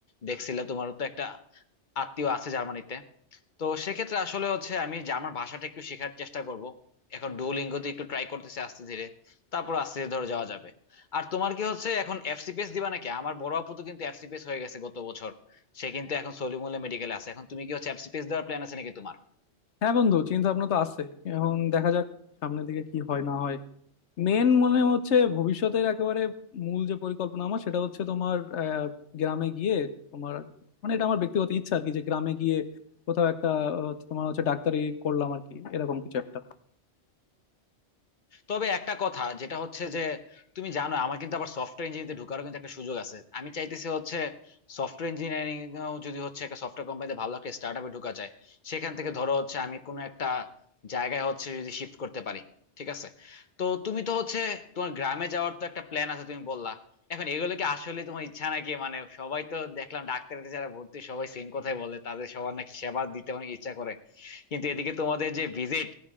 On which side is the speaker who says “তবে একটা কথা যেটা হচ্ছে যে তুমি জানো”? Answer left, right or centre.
Left